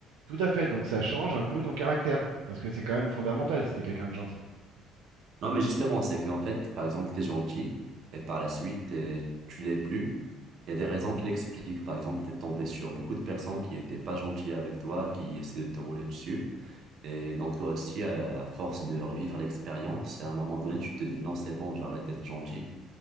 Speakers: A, on the right (about 80°); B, on the right (about 60°).
A: Tout à fait. Donc ça change un peu ton caractère, parce que c'est quand même fondamental si t'es quelqu'un de gentil.
B: Non, mais justement, c'est qu'en fait, par exemple, tu es gentil et par la suite, euh, tu l'es plus. Il y a des raisons qui l'expliquent. Par exemple, tu es tombé sur beaucoup de personnes qui n'étaient pas gentilles avec toi, qui essaient de te rouler dessus. Et donc toi aussi, à à force de revivre l'expérience, à un moment donné, tu te dis non, c'est bon, j'arrête d'être gentil.